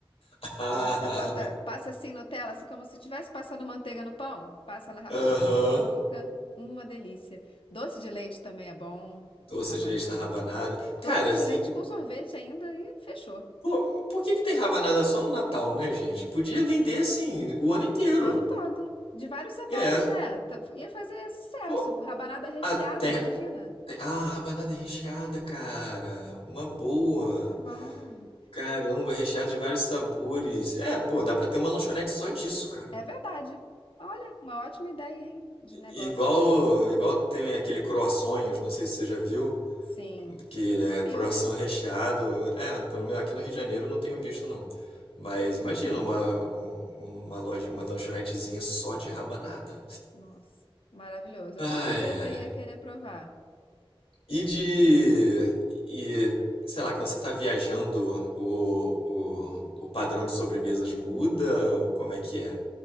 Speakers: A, on the left (about 85°); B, on the left (about 65°).
A: <laughs> Ah,
B: Então você bota, passa assim Nutella, assim como se estivesse passando manteiga no pão, passa na rabanada.
A: Aham.
B: Fica uma delícia. Doce de leite também é bom na
A: Doce
B: rabanada.
A: de leite na rabanada.
B: Doce
A: Cara,
B: de
A: se-
B: leite com sorvete ainda e fechou.
A: pô, por que que tem rabanada só no Natal, né, gente? Podia vender assim o ano inteiro.
B: O ano todo. De vários sabores,
A: É.
B: né? T- Ia fazer sucesso.
A: Pô,
B: Rabanada recheada,
A: até.
B: imagina.
A: tem- Ah, rabanada recheada, cara. Uma boa.
B: Muito bom.
A: Caramba, recheada de vários sabores. É, pô, dá pra ter uma lanchonete só disso, cara.
B: É verdade. Olha, uma ótima ideia, hein? De negócio.
A: Igual, igual tem aquele croissonhos, não sei se você já viu.
B: Sim.
A: que
B: Sumiu,
A: é croissant
B: né?
A: recheado. É, pelo menos aqui no Rio de Janeiro eu não tenho visto não. Mas
B: É.
A: imagina uma, um- uma loja, uma lanchonetezinha só de rabanada.
B: Nossa, maravilhoso.
A: Ai,
B: Eu com certeza
A: ai.
B: ia querer provar.
A: E de. E, sei lá, quando você tá viajando, o, o, o padrão de sobremesas muda? Ou como é que é?